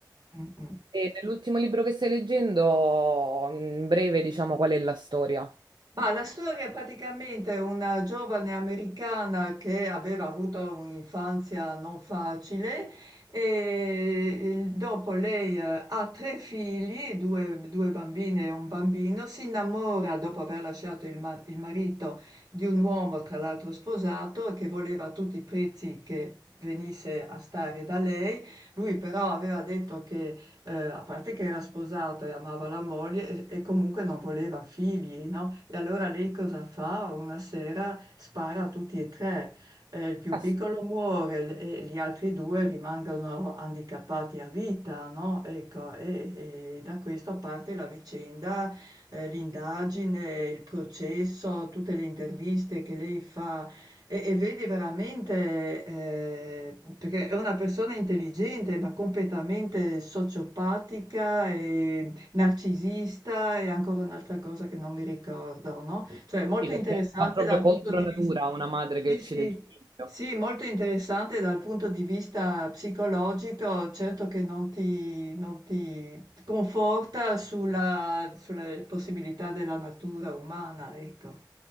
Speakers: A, on the right; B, on the right.
A: Mm, mm.
B: E nell'ultimo libro che stai leggendo, in breve, diciamo qual è la storia.
A: Ma la storia è praticamente una giovane americana che aveva avuto un'infanzia non facile e il- dopo lei eh, ha tre figli, due, due bambine e un bambino, si innamora dopo aver lasciato il, ma- il marito di un uomo, tra l'altro sposato, che voleva a tutti i prezzi che venisse a stare da lei. Lui però aveva detto che Ehm, a parte che era sposato e amava la moglie e e comunque non voleva figli, no, e allora lei cosa fa? Una sera spara a tutti e 3. Ehm, il più
B: Ah,
A: piccolo
B: sì,
A: muore l e gli altri 2 rimangono handicappati a vita, no, ecco, e e da questo parte la vicenda, ehm, l'indagine, il processo, tutte le interviste che lei fa e, e vedi veramente, eh, perché è una persona intelligente, ma completamente sociopatica e narcisista e ancora un'altra cosa che non mi ricordo, no? Cioè, molto
B: perché
A: interessante
B: va proprio
A: dal
B: contro
A: punto di
B: natura
A: vista...
B: una madre che
A: Sì,
B: uccide
A: sì.
B: il figlio.
A: Sì, molto interessante dal punto di vista psicologico, certo che non ti, non ti conforta sulla, sulle possibilità della natura umana, ecco.